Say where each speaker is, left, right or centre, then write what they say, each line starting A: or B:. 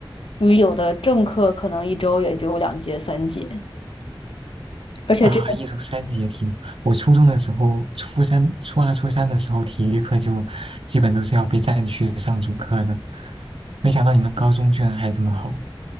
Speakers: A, on the left (about 80°); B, on the right (about 85°).
A: 因为有的正课可能一周也就两节、三节，而且这。
B: 啊，一周三节体育。我初中的时候，初三、初二、初三的时候，体育课就基本都是要被占去上主课的。没想到你们高中居然还这么好